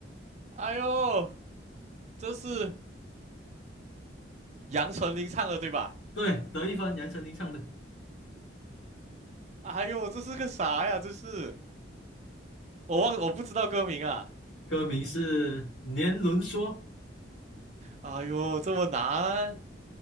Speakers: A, on the right; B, on the left.
A: 哎呦，这是杨丞琳唱的对吧？
B: 对，德一帆、杨丞琳唱的，
A: 哎呦，这是个啥呀？这是我忘，我不知道歌名啊。
B: 歌名是《年轮说》。
A: 哎呦，这么难。